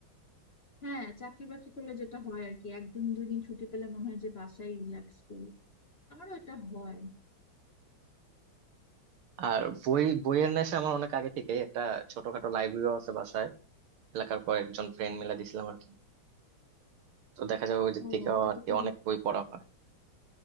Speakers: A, on the left; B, on the right.
A: হ্যাঁ চাকরি বাকরি করলে যেটা হয় আর কি একদিন দুই দিন ছুটি পেলে মনে হয় যে বাসায় রিল্যাক্স করি আমারও এটা হয়
B: আর বই বইয়ের নেশা আমার অনেক আগে থেকেই একটা ছোটখাটো লাইব্রেরিও আছে বাসায় এলাকার কয়েকজন ফ্রেন্ড মিলে দিছিলাম আর কি তো দেখা যায় ওই দিক
A: ও
B: থেকে
A: এটা
B: আর
A: তো
B: কি
A: খুবই
B: অনেক বই পড়া হয়